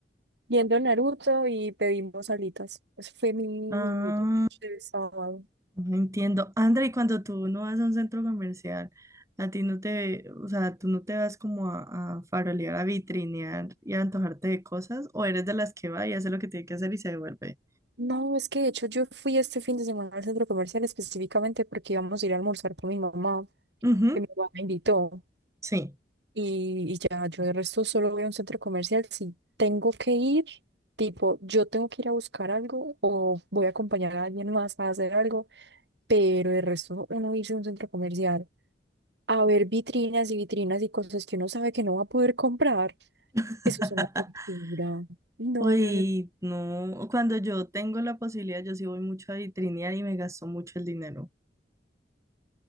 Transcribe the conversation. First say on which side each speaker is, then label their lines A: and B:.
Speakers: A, on the right; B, on the right.
A: Viendo Naruto y pedimos alitas. Eso fue mi
B: ah.
A: el sábado.
B: No entiendo. André, y cuando tú no vas a un centro comercial, a ti no te, o sea, tú no te vas como a, a farolear, a vitrinear y a antojarte de cosas, o eres de las que va y hace lo que tiene que hacer y se devuelve.
A: No, es que de hecho yo fui este fin de semana al centro comercial específicamente porque íbamos a ir a almorzar con mi mamá,
B: Ujú,
A: que mi mamá me invitó.
B: sí.
A: Y, y ya, yo de resto solo voy a un centro comercial. Si tengo que ir, tipo, yo tengo que ir a buscar algo o voy a acompañar a alguien más a hacer algo, pero de resto uno irse a un centro comercial a ver vitrinas y vitrinas y cosas que uno sabe que no va a poder comprar,
B: <laughs>
A: eso es una tortura. No,
B: Uy,
A: no, no.
B: no, cuando yo tengo la posibilidad, yo sí voy mucho a vitrinear y me gasto mucho el dinero.